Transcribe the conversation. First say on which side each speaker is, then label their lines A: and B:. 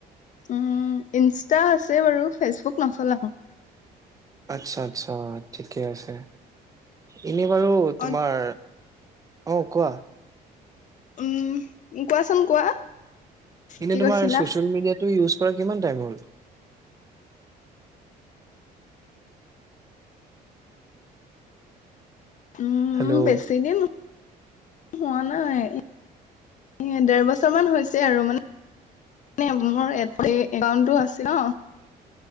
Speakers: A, on the left; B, on the right.
A: উম, ইনষ্টা আছে বাৰু, ফেচবুক নচলাও।
B: আচ্ছা আচ্ছা ঠিকে আছে, এনেই বাৰু তোমাৰ
A: অ
B: অ কোৱা?
A: উম কোৱাচোন কোৱা?
B: এনে
A: কি
B: তোমাৰ
A: কৈছিলা
B: ছচিয়েল মিডিয়াটো ইউজ কৰা কিমান টাইম হ'ল?
A: উম,
B: হেল্ল'
A: বেছি দিন হোৱা নাই। এ দেৰ বছৰ মান হৈছে আৰু মানে <unintelligible> মোৰ এ একাউণ্টো আছে ন?